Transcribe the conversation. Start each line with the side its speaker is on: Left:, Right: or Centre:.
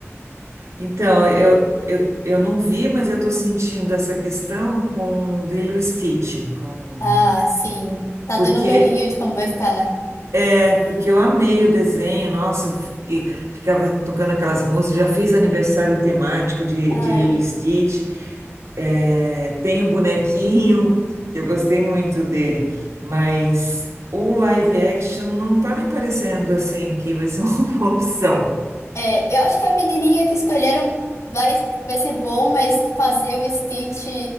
Right: Então, eu, eu, eu não vi, mas eu estou sentindo essa questão com o Lilo e Stitch, com...
Left: Ah, sim. Tá
Right: porque
Left: dando um medinho de como vai ficar, né?
Right: É porque eu amei o desenho, nossa, que ficava tocando aquelas músicas, já fiz aniversário temático de, de
Left: Ai,
Right: Lilo e Stitch, é, tem o bonequinho, que eu gostei muito dele, mas o live action não tá me parecendo assim que vai ser uma <laughs> boa opção.
Left: é, eu acho que a menininha que escolheram vai, vai ser bom, mas fazer o Stitch